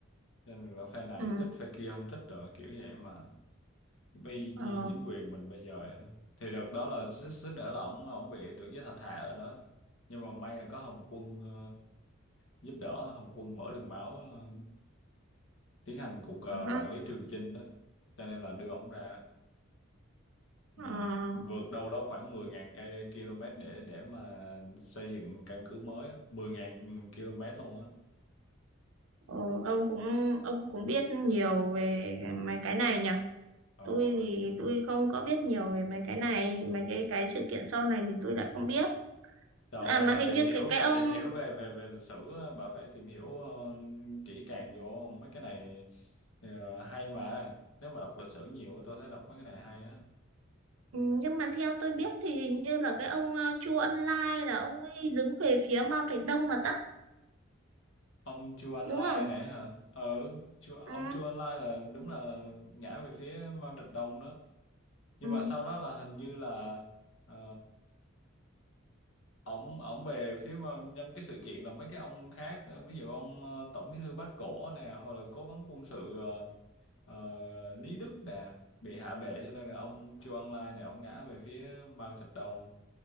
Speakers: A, on the left; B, on the right.
A: cho nên là phe này
B: ừ,
A: thích phe kia không thích rồi kiểu vậy mà vì
B: ờ
A: chi- chính quyền mình bây giờ vậy đó thì đợt đó là xích xích nữa là ổng ổng bị tưởng giới thạch hạ rồi đó nhưng mà may là có Hồng Quân ờ, giúp đỡ Hồng Quân mở đường máu ờ, tiến hành cuộc ờ,
B: ha,
A: vạn lý trường chinh đó cho nên là đưa ổng ra ừ.
B: ờ,
A: vượt đâu đó khoảng mười ngàn cây km để để mà xây dựng căn cứ mới á. 10.000 km luôn á
B: ờ, ông cũng ông cũng biết nhiều về mấy cái này nhỉ
A: ờ,
B: tôi thì tôi không có biết nhiều về mấy cái này mấy cái cái sự kiện sau này thì tôi đã không biết
A: Trời
B: à
A: ơi,
B: mà
A: bà
B: hình
A: tìm
B: như
A: hiểu,
B: cái cái
A: bà
B: ông
A: tìm hiểu về về về lịch sử, á, bà phải tìm hiểu ờ, kỹ càng vô mấy cái này ờ, hay mà. Nếu mà đọc lịch sử nhiều, á, tôi thấy đọc mấy cái này hay á.
B: ừ, nhưng mà theo tôi biết thì hình như là cái ông ờ, Chu Ân Lai là ông ấy đứng về phía Mao Trạch Đông mà ta
A: Ông Chu An
B: đúng
A: Lai
B: không
A: này hả? Ừ, Chu, ông
B: ừ.
A: Chu An Lai là đúng là ngã về phía Mao Trạch Đông đó. Nhưng
B: Ừ.
A: mà sau đó là hình như là ờ, ổng ổng về phía Mao- nhân cái sự kiện là mấy cái ông khác, ờ, ví dụ ông ờ, Tổng Bí thư Bác Cổ nè, hoặc là cố vấn quân sự ờ, Ờ, Lý Đức Đà bị hạ bệ cho nên là ông Chu Ân Lai này ông ngã về phía Mao Trạch Đông